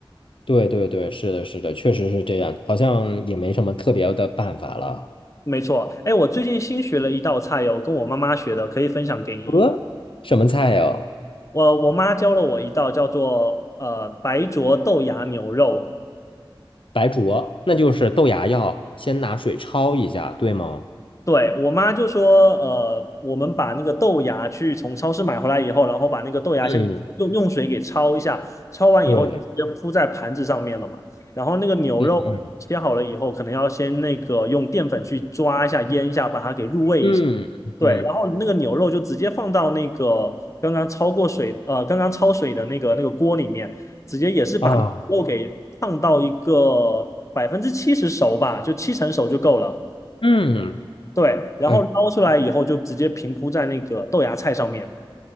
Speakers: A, on the left; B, on the left.
A: 对对对，是的，是的，确实是这样，好像也没什么特别的办法了。
B: 没错，哎，我最近新学了一道菜哟，跟我妈妈学的，可以分享给你。
A: 呃，什么菜呀？
B: 我我妈教了我一道叫做呃白灼豆芽牛肉，
A: 白灼，那就是豆芽要先拿水焯一下，对吗？
B: 对，我妈就说，呃，我们把那个豆芽去从超市买回来以后，然后把那个豆芽先用用水给焯一下，
A: 嗯，
B: 焯完以后就直接铺在盘子上面了嘛。
A: 对，
B: 然后那个牛肉切好了以后，
A: 嗯
B: 可能要先那个用淀粉去抓一下、腌一下，把它给入味一下。
A: 嗯嗯
B: 对，然后那个牛肉就直接放到那个刚刚焯过水，呃，刚刚焯水的那个那个锅里面，直接也是把那个肉给烫到一个百分之七十熟吧，
A: 啊，
B: 就七成熟就够了。
A: 嗯，
B: 对，然后捞出来以后就直接平铺在那个豆芽菜上面。
A: 哎，